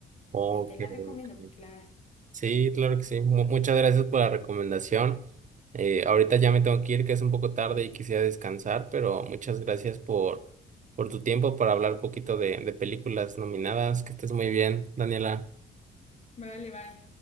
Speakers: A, on the right; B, on the left.
A: Ok,
B: Ahí te la recomiendo
A: ok.
B: porque la...
A: Sí, claro que sí. Mu- muchas gracias por la recomendación. Eh, ahorita ya me tengo que ir, que es un poco tarde y quisiera descansar, pero muchas gracias por, por tu tiempo para hablar un poquito de, de películas nominadas. Que estés muy bien, Daniela.
B: Vale, bye.